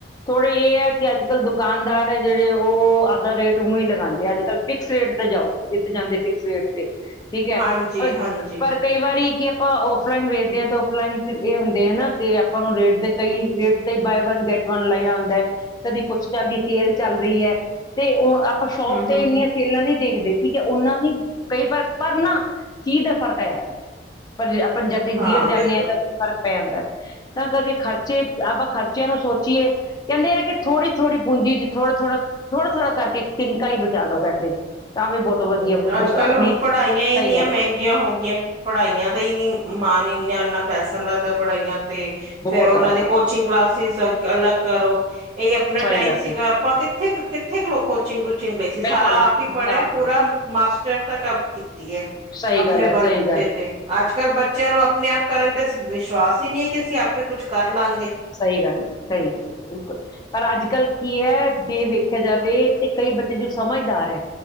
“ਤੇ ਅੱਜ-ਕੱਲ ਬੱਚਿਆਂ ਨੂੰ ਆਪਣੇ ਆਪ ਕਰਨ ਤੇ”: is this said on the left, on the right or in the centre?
Right